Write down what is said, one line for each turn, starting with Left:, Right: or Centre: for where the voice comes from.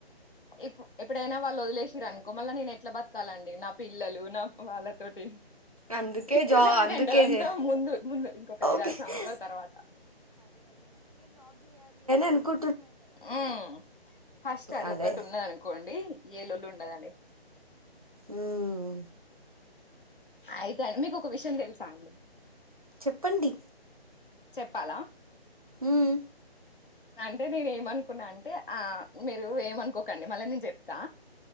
Left: ప్పు ఎప్పుడైనా వాళ్ళు వదిలేసిర అనుకో మళ్ళ నేను ఎట్లా బతకాలండి నా పిల్లలు నా వాళ్ళతోటి
Right: అందుకే
Left: ఇప్పుడు
Right: జా
Left: కాదండి
Right: అందుకే
Left: అదంతా
Right: చే-
Left: ముందు ముందు ఇంకొక ఐదరు
Right: ఓకే
Left: సంవత్సరాల తర్వాత
Right: అనుకు
Left: ఉ ఫస్ట్ అది
Right: అదే
Left: ఒకటి ఉన్నద అనుకోండి ఏలళు ఉండదండి
Right: మ్మ్.
Left: అయితే అండి మీకు ఒక విషయం తెలుసా అండి
Right: చెప్పండి
Left: చెప్పాలా
Right: మ్మ్.
Left: అంటే నేను ఏమనుకున్నా అంటే ఆ మీరు ఏమనుకోకండి మళ్ళ నేను చెప్తా